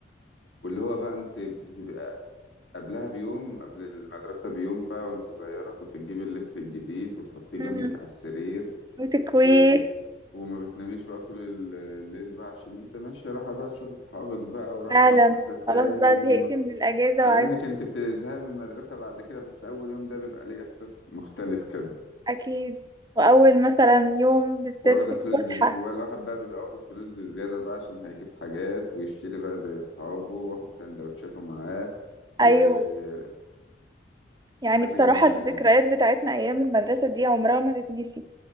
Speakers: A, on the left; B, on the right.
A: واللي هو بقى انت بتبقى قبلها بيوم قبل المدرسة بيوم بقى وانت صغيرة كنت تجيبي اللبس الجديد وتحطيه
B: مم.
A: جنبك على السرير
B: وتكويه
A: و... وما بتناميش بقى طول ال- الليل بقى عشان انت ماشية رايحة بقى تشوف اصحابك بقى ورايحة
B: فعلا
A: المدرسة تاني
B: خلاص بقى زهقت
A: و...
B: من الاجازة
A: مع
B: وعايزة
A: انك انت
B: أت-
A: بتزهق من المدرسة بعد كده بس اول يوم ده بيبقى ليه احساس مختلف كده
B: اكيد واول مثلا يوم بالذات
A: واخدة
B: في
A: فلوس
B: الفسحة
A: بز... والواحد بقى بيبقى واخد فلوس بالزيادة بقى عشان هيجيب حاجات ويشتري بقى زي اصحابه واخد سندوتشاته معاه وحاجة
B: ايوه يعني
A: جميلة
B: بصراحة الذكريات
A: يعني
B: بتاعتنا أيام المدرسة دي عمرها ما تتنسي